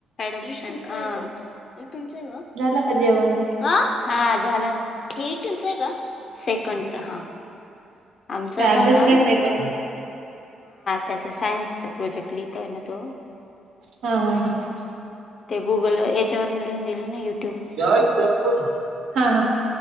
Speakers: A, on the left; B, on the right.
A: Adoption अ तुमचं आहे का?
B: झाला का जेवण?
A: ह हा झालं ना ि <unintelligible> टच आहे का सेकंडच हा आमचं
B: काबच
A: झालं
B: <unintelligible> घेतय का
A: त्याच सायन्सचा प्रोजेक्ट लिहितो ना तो
B: हा हा हा <unintelligible>
A: ते गुगल याच्यावरून लिहून दिले नाही <inaudible>
B: हा